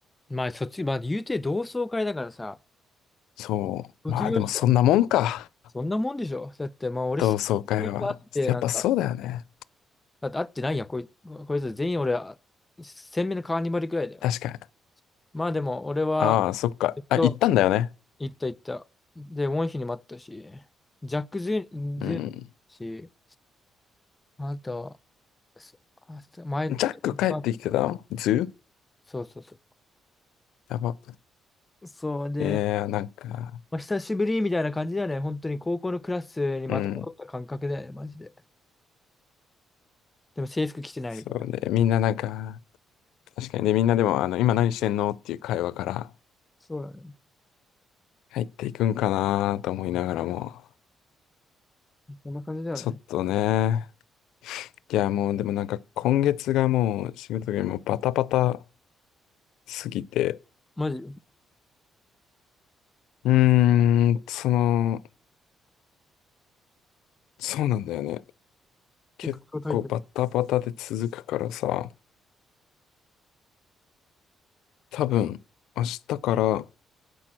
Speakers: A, on the left; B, on the left.
A: まあ、卒、まあ、言うて同窓会だからさ、
B: そう、
A: 卒業した、
B: まあでもそんなもんか、
A: そんなもんでしょだって、まあ、俺、
B: 同窓会は。
A: みんな会って、
B: やっぱそうだよね。
A: なんか、だって会ってないやん、こい、こいつ全員俺、鮮明なカーニバルくらいだよ。
B: 確かに。
A: まあ、でも、俺は、
B: ああ、そっか。
A: ずっと
B: あ、行ったんだよね。
A: 行った行った。で、ウォンヒに待ったし、ジャック・ジュン、ジュンし、
B: うん。
A: あとは、すあす前、
B: ジャック帰ってきてたのズー
A: あそうそうそ
B: やば。
A: う。そうで、
B: いやー、なんか、
A: まあ、久しぶりみたいな感じだよね。本当に高校のクラスにまた戻った感覚だよね、
B: うん。
A: マジで。でも制服着てないみたいな。
B: そうね。みんななんか、確かにね、みんなでも、あの、今何してんのっていう会話から
A: そうだね。
B: 入っていくんかなと思いながらも、
A: こんな感じだよね。
B: ちょっとね、いや、もうでもなんか今月がもう仕事がもうバタバタすぎて、
A: マジ。
B: うーん、その、そうなんだよね。結構バタバタで続くからさ、
A: 結構高いって
B: 多分、明日から、